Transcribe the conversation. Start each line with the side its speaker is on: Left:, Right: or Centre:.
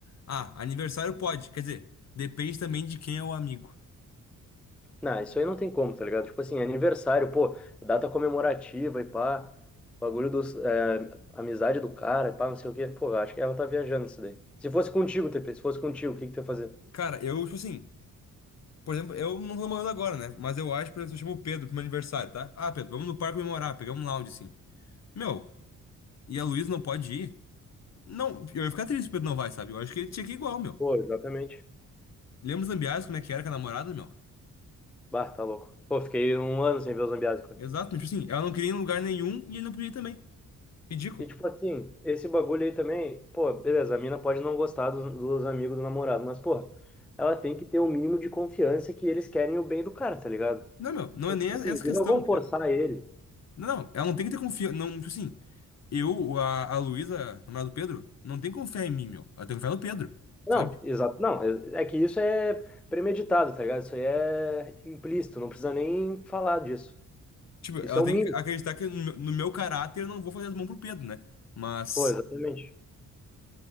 Left: Ah, aniversário pode, quer dizer, depende também de quem é o amigo.
Centre: não, isso aí não tem como, tá ligado? Tipo assim, aniversário, pô, data comemorativa e pá, bagulho dos, é, amizade do cara e pá, não sei o quê. Pô, eu acho que ela tá viajando isso daí. Se fosse contigo, TP, se fosse contigo, o que que tu ia fazer?
Left: Cara, eu, tipo assim, por exemplo, eu não tô namorando agora, né? Mas eu acho, por exemplo, se eu chamo o Pedro pro meu aniversário, tá? Ah, Pedro, vamos no parque comemorar, pegamos um lounge, assim. Meu, e a Luísa não pode ir? Não, eu ia ficar triste se o Pedro não vai, sabe? Eu acho que ele tinha que ir igual, meu.
Centre: Pô, exatamente.
Left: Lembra os Zambiás, como é que era com a namorada, meu?
Centre: Bah, tá louco. Pô, fiquei um ano sem ver o Zambiase.
Left: Exato, mas tipo assim, ela não queria ir em lugar nenhum e ele não podia ir também. Ridículo.
Centre: E tipo assim, esse bagulho aí também, pô, beleza, a mina pode não gostar dos, dos amigos do namorado, mas, pô, ela tem que ter o mínimo de confiança que eles querem o bem do cara, tá ligado?
Left: Não, meu, não
Centre: Então,
Left: é nem
Centre: tipo
Left: essa
Centre: assim, eles
Left: questão.
Centre: não vão forçar
Left: É,
Centre: ele.
Left: Não, não, ela não tem que ter confiança. Não, tipo assim, eu, a, a Luísa, namorada do Pedro, não tem que confiar em mim, meu. Ela tem que confiar no Pedro,
Centre: Não,
Left: sabe?
Centre: exato, não, é é que isso é premeditado, tá ligado? Isso aí é implícito, não precisa nem falar disso.
Left: Tipo, ela
Centre: Isso é o
Left: tem
Centre: mínimo.
Left: que acreditar que no, meu no meu caráter eu não vou fazer as mãos pro Pedro, né? Mas,
Centre: Pô, exatamente.